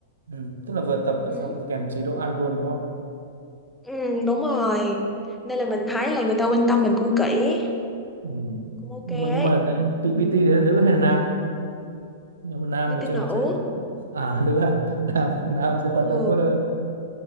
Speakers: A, on the right (about 70°); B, in the centre.
A: ừ, tức là vừa tập và
B: ừ,
A: xong kèm chế độ ăn luôn đúng không
B: ừ đúng rồi nên là mình thấy là người ta quan tâm mình cũng kỹ
A: ừ.
B: cũng ok
A: nhưng mà nhưng
B: ấy
A: mà PT
B: ừ
A: đấy là nữ hay là nam nếu mà nam
B: BT
A: thì chắc
B: nữ
A: là sẽ à nữ à <laughs> nam nam sẽ quan
B: ừ
A: tâm tốt hơn